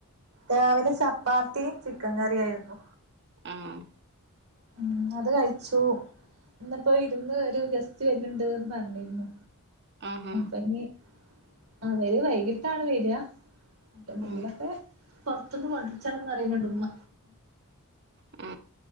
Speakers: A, on the right (about 70°); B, on the right (about 50°).
A: രാവിലെ ചപ്പാത്തിയും ചിക്കൻ കറിയയിരുന്നു
B: ആഹ്
A: ഉം അത് കഴിച്ചു ഇന്നപ്പോ വിരുന്ന് ഒരു ഗസ്റ്റ് വന്നെണ്ട്ന്ന് പറഞ്ഞിരുന്നു
B: ആഹാ
A: അപ്പൊഞ് അവര് വൈകിട്ടാണ് വരി അപ്പ എന്തെങ്കിലൊക്കെ
B: ഉം
A: പുറത്തുന്ന് കൊണ്ടിച്ചാണം ന്ന് പറിയണണ്ട് മ്മ
B: ആ